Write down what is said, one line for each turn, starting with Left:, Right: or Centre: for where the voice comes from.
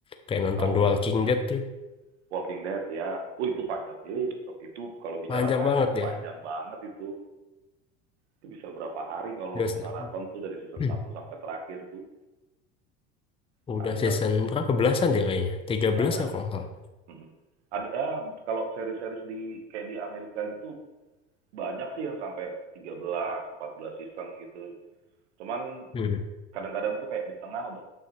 Left: Kayak nonton
Right: Oh.
Left: The Walking Dead tuh
Right: Walking Dead ya oh itu panjang eh itu kalau bicara
Left: panjang
Right: panjang
Left: banget
Right: mah panjang
Left: ya.
Right: banget itu itu bisa berapa hari kalau
Left: Udah,
Right: lo mau maraton tuh dari season
Left: <clears throat>
Right: satu sampai terakhir tuh panjang
Left: udah season
Right: kan
Left: berapa belasan dia kayaknya? tiga
Right: belasan
Left: belas ya
Right: itu
Left: kalau nggak salah.
Right: Mm-mm. ada ah, kalau seri-seri di kayak di Amerika gitu banyak sih yang sampai tiga belas, empat belas season gitu cuman
Left: Hmm.
Right: kadang-kadang tuh kayak di tengah udah